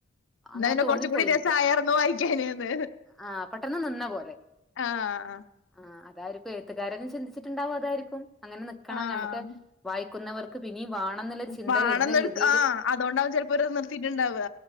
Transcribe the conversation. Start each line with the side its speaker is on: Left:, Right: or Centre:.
Centre: അങ്ങനെ
Left: എന്നാ പിന്നെ
Centre: തോന്നിപ്പോയി
Left: കുറച്ചും കൂടി
Centre: എനിക്ക്
Left: രസായിരുന്നു വായിക്കാന്ന്ന്
Centre: ആഹ് പെട്ടെന്ന് നിന്ന പോലെ
Left: ആഹ്
Centre: ആഹ് അതായിരിക്കും എഴുത്തുകാരനും ചിന്തിച്ചിട്ടുണ്ടാവും അതായിരിക്കും അങ്ങനെ നിക്കണം
Left: ആഹ്
Centre: ഞമ്മക്ക് വായി ക്കുന്നവർക്ക് പിന്നേം വാണംന്നുള്ള ഒരു ചിന്ത
Left: വാണം
Centre: വരുന്ന
Left: നിർ
Centre: രീതീല്
Left: ആഹ് അതുകൊണ്ടാവും ചെലപ്പോ ഒരു നിർത്തിയിട്ടുണ്ടാവുക